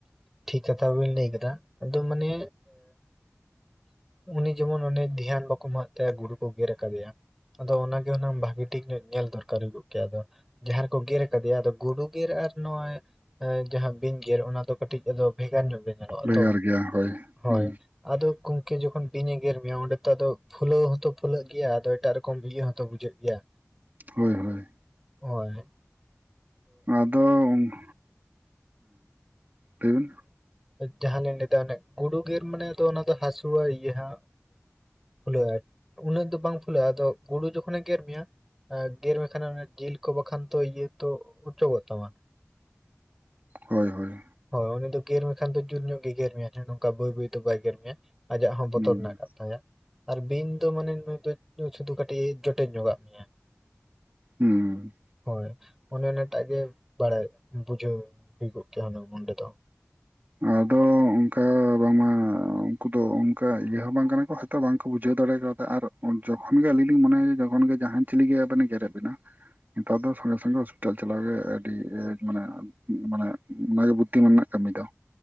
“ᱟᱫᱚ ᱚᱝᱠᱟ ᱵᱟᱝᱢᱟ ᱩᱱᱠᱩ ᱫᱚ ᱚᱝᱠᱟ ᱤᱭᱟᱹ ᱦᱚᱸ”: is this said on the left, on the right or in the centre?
Right